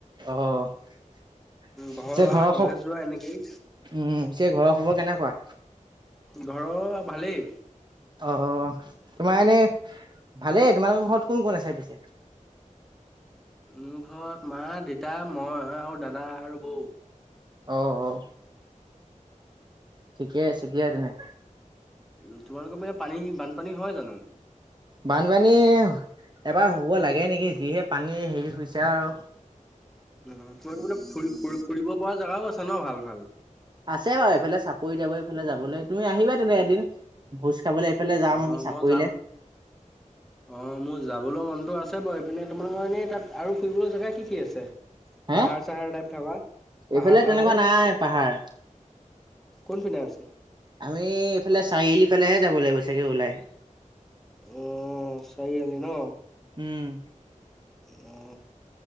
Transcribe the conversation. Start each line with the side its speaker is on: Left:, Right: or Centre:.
Right: অহ পিছে
Centre: ঘৰ অহা
Right: ঘৰৰ
Centre: কলেজ
Right: খব
Centre: যোৱা এনেকেই
Right: উম পিছে ঘৰৰ খবৰ কেনেকুৱা
Centre: ঘৰ ভালেই
Right: অ তোমাৰ এনেই ভালেই তোমালোকৰ ঘৰত কোন কোন আছে পিছে
Centre: মোৰ ঘৰত মা দেতা মই আৰু দাদা আৰু বৌ
Right: অ অ ঠিকেই আছে দিয়া তেনে
Centre: উম! তোমালোকৰ পিনে পানী-বানপানী হয় জানো?
Right: বানপানী এইবাৰ হব লাগে নেকি যিহে পানী হেৰি হৈছে আৰু।
Centre: অ তোমালোকৰ পিনে <unintelligible> ফু-ফুৰিব পৰা জেগাও আছে ন ভাল-ভাল?
Right: আছে বাৰু এইফালে চাপৰি-তাপৰি এইফালে যাবলৈ, তুমি আহিবা তেনে এদিন। ভোজ খাবলৈ এইফালে যাম
Centre: অ
Right: আমি চাপৰিলে,
Centre: মই যাম। অ মোৰ যাবলৈ মনটো আছে আছে বাৰু ইপিনে তোমাৰ <unintelligible> এনেই তাত আৰু ফুৰিবলৈ জেগা কি কি আছে??
Right: হে
Centre: পাহাৰ-চাহাৰ টাইপ থকা
Right: এইফালে
Centre: পাহাৰ-চাহাৰ।
Right: তেনেকুৱা নাই পাহাৰ।
Centre: কোন পিনে আছে?
Right: আমি এইফালে চাৰিআলিফালেহে যাব লাগিব চাগে ওলাই।
Centre: অ চাৰিআালি ন।
Right: উম!
Centre: <inaudible> অ